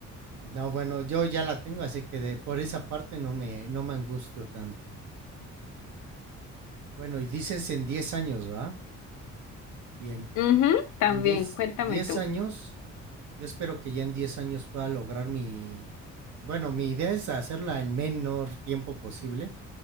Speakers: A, on the right (about 70°); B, on the left (about 75°).
A: No, bueno, yo ya la tengo, así que de, por esa parte no me, no me angustio tanto. Bueno, y dices en 10 años, ¿va? Bien,
B: Ujú, también,
A: en diez,
B: cuéntame
A: diez
B: tú.
A: años, yo espero que ya en 10 años pueda lograr mi, bueno, mi idea es hacerla el menor tiempo posible